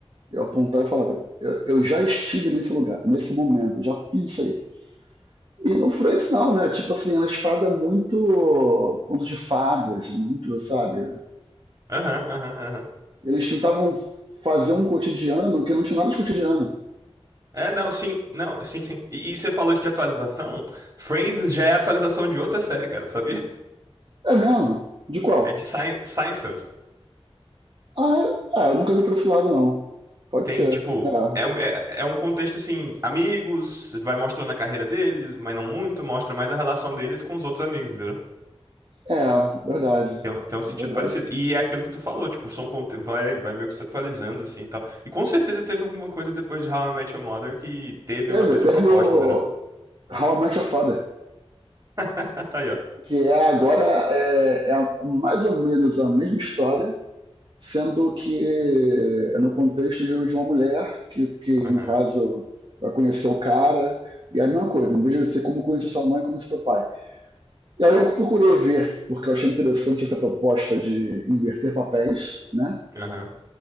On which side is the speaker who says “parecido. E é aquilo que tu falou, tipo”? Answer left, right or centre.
Right